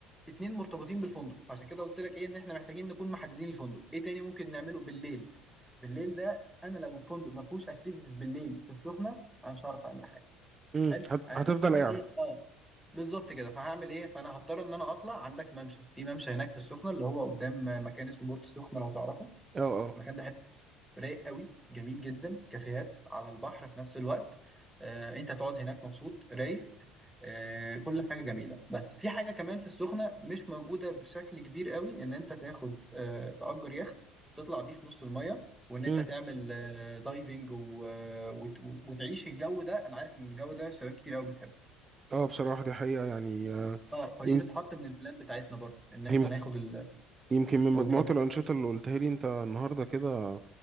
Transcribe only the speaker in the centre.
اتنين مرتبطين بالفندق فعشان كده قلت لك ايه ان احنا محتاجين نكون محددين الفندق ايه تاني ممكن نعمله بالليل بالليل ده انا لو الفندق ما فيهوش اكتيفيتيز بالليل في السخنه انا مش هعرف اعمل حاجه
حلو
انا
هتعمل
ايه اه بالظبط كده فهعمل ايه فانا هضطر ان انا اطلع عندك ممشى في ممشى هناك في السخنه اللي هو قدام مكان اسمه بورت السخنه لو تعرفه
المكان ده رايق قوي جميل جدا كافيهات على البحر في نفس الوقت آه، انت هتقعد هناك مبسوط رايق آه، كل حاجه جميله بس في حاجه كمان في السخنه مش موجوده بشكل كبير قوي ان انت تاخد آه، تأجر يخت تطلع بيه في نص الميه وان انت
تعمل آه، دايفنج و- آه، وت- وتعيش الجو ده انا عارف ان الجو ده شباب كتير قوي بتحبه
اه فدي
تتحط من البلان بتاعتنا برضو ان احنا
ناخد ال...
أو تفضل.